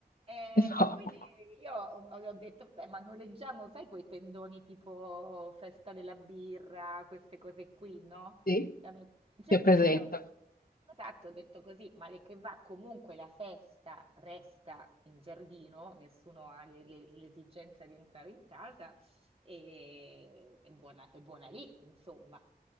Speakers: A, on the right (about 35°); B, on the left (about 65°).
A: E,
B: è Troppo.
A: e quindi io ho- le ho detto, beh, ma noleggiamo, sai, quei tendoni tipo festa della birra, queste cose qui, no?
B: Sì,
A: Da mettere in giardino.
B: ti presento.
A: Esatto, ho detto così, male che va, comunque la festa resta in giardino, nessuno ha le- le- l'esigenza di entrare in casa e è buona, è buona lì, insomma.